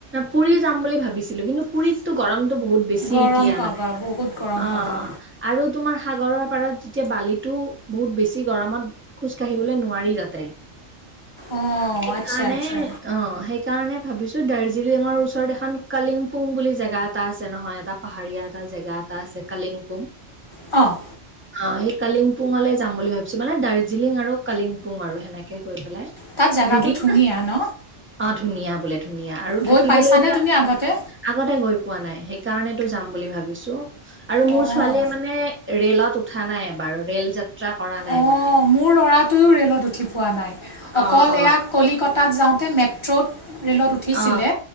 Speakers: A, on the right (about 20°); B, on the left (about 25°).
A: পুৰি যাম বুলি ভাবিছিলো কিন্তু পুৰীততো গৰমতটো বহুত বেছি
B: গৰম
A: এতিয়া
B: পাবা
A: মানে
B: বহুত গৰম
A: অ',
B: পাবা
A: আৰু তোমাৰ সাগৰৰ পাৰত যেতিয়া বালিো বহুত বেছি গৰমত খোজ কাঢ়িবলৈ নোৱাৰি যাতে
B: অঁ
A: সেইকাৰণে
B: আচ্ছা আচ্ছা
A: অ', সেই সেই কাৰণে ভাবিছো দাৰ্জিলিঙৰ ওচৰত এখন কলিংগপুং বুলি জেগা এটা আছে নহয় এটা পাহাৰীয়া এটা জেগাত ত আছে কালিংপোং।
B: অঁ'।
A: অ', সেই কালিংপুংলৈ যাম বুলি ভাবিছো মানে দাৰ্জিলিং আৰু কালিংপুং আৰু সেনেকে গৈ পেলাই
B: তাত জোগাটো
A: দুদিন
B: ধুনীয়া ন?
A: অ', ধুনীয়া বোলে ধুনীয়া আৰু
B: গৈ
A: থাকিবলেওতো
B: পাইছানে তুমি আগতে
A: আগতে গৈ পোৱা নাই সেইকাৰণো যাম বুলি ভাবিছো আৰু মোৰ
B: অঁ
A: ছোৱালীয়ে মানে ৰেলত উঠা নাই বাৰু ৰেল যাত্ৰা কৰা নাই
B: অঁ
A: মানে।
B: মোৰ ল'ৰাটোৱেও ৰে'লত উঠি পোৱা নাই অকল
A: অ', অ'।
B: এয়া কলিকতাত যাওঁতে মেট্ৰ'ত ৰে'লত উঠিছিলে
A: অ',